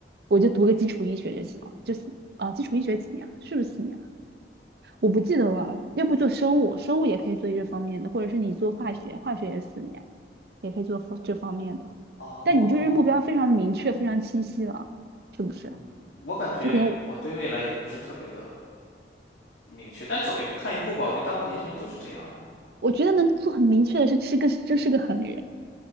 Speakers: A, on the right (about 60°); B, on the left (about 85°).
A: 我就读个基础医学就行了，就是啊，基础医学几年啊？是不是四年啊？我不记得了，要不做生物，生物也可以做这方面的，或者是你做化学，化学也是四年，也可以做方这方面的。
B: 哦，
A: 但你就是目标非常的明确，非常清晰了，是不是？
B: 嗯，我感觉我对未来也不是特别的
A: 就可能
B: 明确，但走一步看一步吧。我觉得大部分年轻人都是这样呀，
A: 我觉得能做很明确的是，是个真是个狠人，